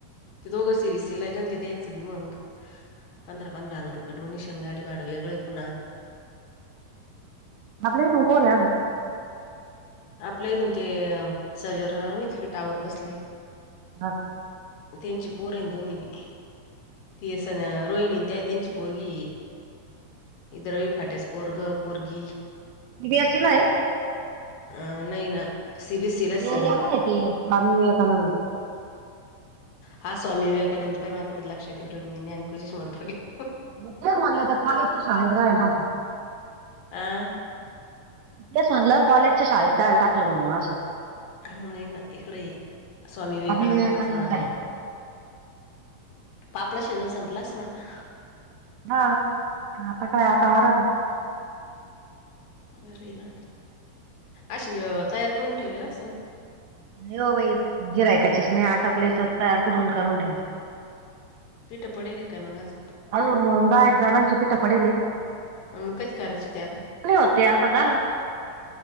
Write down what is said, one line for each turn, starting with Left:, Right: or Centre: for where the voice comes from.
Left: ज दो गस्सेी बीसेी लागगन ज त तन सवी मग पंधरा पंधरा हजार रुपये डोनेशन गाडी भाड वेगळं आहे पुन्हा
Right: आपले तू कोो न्यावी
Left: आपल्या इथून ते सर्जनरावण टावर बसले
Right: हा
Left: त्यांची पोर दोन्ही तीना रोहिणी ते त्यांची पोरगी इदरवी फाट्यास पोरग पोरगी
Right: दीदी अशी नाय
Left: अ नाही ना सीबीएसईलाच
Right: ते
Left: सगळी.
Right: याला ते स्वामी विवेकानंदला
Left: हा स्वामी विवेकानंद पाय माय कुड लक्षात येईल मी नान पूजेश म्हणू राहिले.
Right: म तेच म्हणलं त्या मॉलेजच्या शाळेत घायल टाक
Left: आं?
Right: च म्हटलं कॉलेजच्या शाळेत त्याला टाकलं म्हणून असं.
Left: नाही ना इकडे स्वामी विवेकानंदलाचना
Right: विवेकानंदला आहे
Left: पापडच शिजन संपला अस ना आता.
Right: हा आता काय आता आराम.
Left: बर ना अशी तयार करून ठेवेल असन.
Right: नाही हो बाई! गिरिकच ऐकायचीच नाही आटपले तर तयार कुडून करून ठेवते.
Left: पिठं पडेल काय मग अजून
Right: अजून दहा एक जणांची पिठ पडेले त.
Left: आणि मग कधी करायच ते आता
Right: होत ते आता झालं